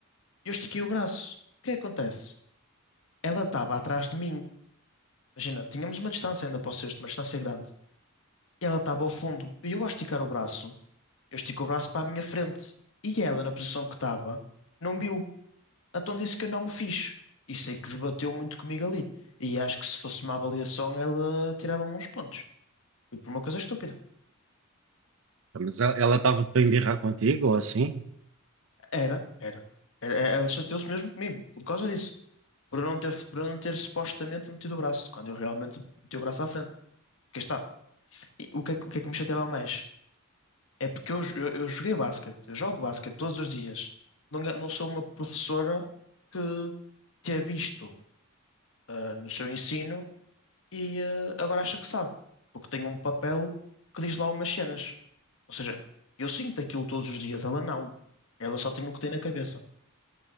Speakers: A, on the left (about 65°); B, on the right (about 65°).
A: Eu estiquei o braço. O que é que acontece? Ela estava atrás de mim. Imagina, tínhamos uma distância ainda para o cesto, uma distância grande. E ela estava ao fundo. E eu, ao esticar o braço, eu estico o braço para a minha frente. E ela, na posição que estava, não viu. Então disse que eu não o fiz. E sei que debateu muito comigo ali. E acho que se fosse uma avaliação, ela tirava-me uns pontos. Foi por uma coisa estúpida.
B: Ah, Mas ela ela estava para embirrar contigo ou assim?
A: Era, era. Era- Ela chateou-se mesmo comigo, por causa disso. por eu não ter, por eu não ter supostamente metido o braço, quando eu realmente meti o braço à frente. Porque está. E o que, é que- o que é que me chateava mais? É porque eu, eu, eu joguei basquete, eu jogo basquete todos os dias. Não, ga- não sou uma professora que tenha visto ah, no seu ensino e eh, agora acha que sabe, porque tem um papel que diz lá umas cenas. Ou seja, eu sinto aquilo todos os dias, ela não. Ela só tem o que tem na cabeça.